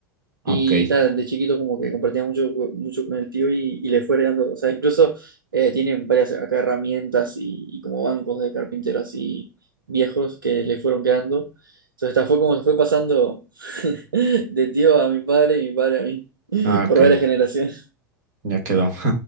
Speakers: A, on the right (about 80°); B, on the right (about 55°).
A: Y
B: Ok.
A: tal, de chiquito como que compartía mucho, co- mucho con el tío y, y le fue heredando, o sea, incluso eh, tienen varias acá herramientas y, y como bancos de carpinteros así viejos que le fueron quedando. Entonces, esta fue como se fue pasando <laughs> de tío a mi padre y mi padre a mí,
B: Ah,
A: por
B: ok.
A: varias generaciones. <laughs>
B: Ya quedó.